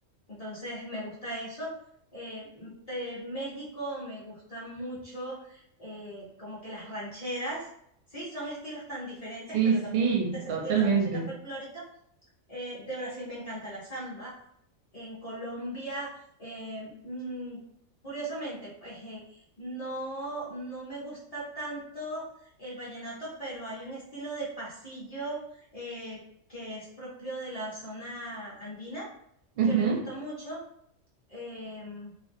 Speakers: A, on the left; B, on the right.
A: entonces me gusta eso. Eh, de México me gusta mucho eh, como que las rancheras, sí, son estilos tan diferentes,
B: sí,
A: pero
B: sí,
A: también me gusta ese
B: totalmente.
A: estilo de música folclórica. Eh, de Brasil me encanta la samba, en Colombia, eh, mm, curiosamente, pues eh, no, no me gusta tanto el vallenato, pero hay un estilo de pasillo eh, que es propio de la zona andina,
B: Ujú.
A: que me gusta mucho. Em,